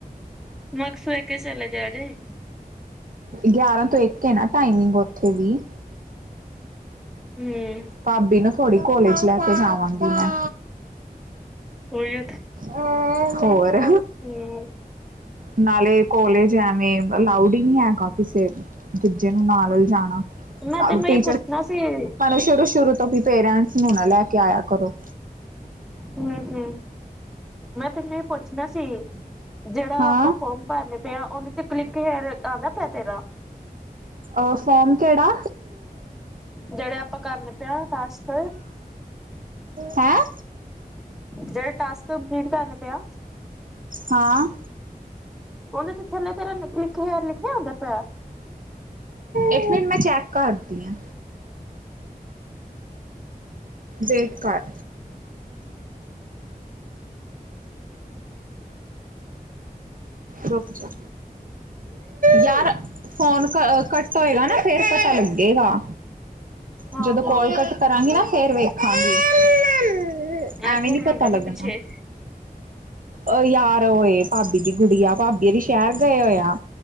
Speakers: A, in the centre; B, on the right.
A: ਮਾਰਕਸ ਵੇਖ ਕੇ ਚਲਾ ਜਯਾ ਜੇ।
B: ਗਿਆਰਾਂ ਤੋਂ ਇੱਕ ਏ ਨਾ ਟਾਈਮਿੰਗ ਉੱਥੇ ਵੀ।
A: ਹਮ।
B: ਭਾਬੀ ਨੂੰ ਥੋੜੀ ਕੋਲੇਜ ਲੈ ਕੇ ਜਾਵਾਂਗੀ ਮੈਂ।
A: ਉਹੀ
B: ਹਾਂ ਹੋਰ।
A: ਹਮ
B: ਨਾਲੇ ਕੋਲੇਜ ਐਵੇਂ ਅਲਾਊਡ ਈ ਨੀ ਹੈ ਕਾਫੀ ਸੇ ਦੂਜੇ ਨੂੰ ਨਾਲ ਲਿਜਾ ਨਾਲੇ
A: ਮੈਂ ਤੈਨੂੰ ਇਹ ਪੁੱਛਣਾ ਸੀ
B: ਸ਼ੁਰੂ-ਸ਼ੁਰੂ ਤੋਂ ਵੀ ਪੇਰੈਂਟਸ ਨੂੰ ਨਾ ਲੈ ਕੇ ਆਇਆ ਕਰੋ।
A: ਹੂੰ-ਹੂੰ ਮੈਂ ਤੈਨੂੰ ਏ ਪੁੱਛਣਾ ਸੀ ਜੇੜਾ
B: ਹਾਂ
A: ਆਪਾਂ ਫੋਮ ਭਰਨੇ ਪਿਆ ਓਂਦੇ ਤੇ ਕਲਿੱਕ ਹੇਅਰ ਆਂਦਾ ਪਿਆ ਤੇਰਾ।
B: ਅ ਫੋਮ ਕੇੜਾ?
A: ਜੇੜ੍ਹੇ ਆਪਾਂ ਕਰਨੇ ਪਿਆ ਟਾਸਕ।
B: ਹੈਂ!
A: ਜੇਹੜੇ ਟਾਸਕ ਕੰਪਲੀਟ ਕਰਨੇ ਪੀਓ।
B: ਹਾਂ।
A: ਓਹਨੇ ਦੇ ਥਲੇ ਤੇਰਾ ਨਿਕ ਲਿਖਿਆ ਲਿਖਿਆ ਆਂਦਾ ਪਯਾਂ।
B: ਇੱਕ ਮਿੰਟ ਮੈਂ ਚੈੱਕ ਕਾਰਦੀ ਆ। ਵੇਟ ਕਰ। ਰੁਕ ਜਾ। ਯਾਰ ਫੋਨ ਕੱਟ ਹੋਏਗਾ ਨਾ ਫੇਰ ਪਤਾ ਲੱਗੇਗਾ।
A: ਹਾਂ-ਹਾਂ
B: ਜਦੋਂ ਕੋਲ ਕਟ ਕਰਾਂਗੀ ਨਾ ਫੇਰ ਵੇਖਾਂਗੀ।
A: ਇਹ
B: ਐਵੇ
A: ਕੋਡ
B: ਨੀ
A: ਆਂਦਾ
B: ਪਤਾ ਲਗਣਾ।
A: ਪਿਆ ਪਿੱਛੇ
B: ਔ ਯਾਰ ਔਏ ਭਾਬੀ ਦੀ ਗੁੜੀਆ ਭਾਬੀ ਹੋਰੀ ਸ਼ਹਿਰ ਗਏ ਹੋਏ ਆ।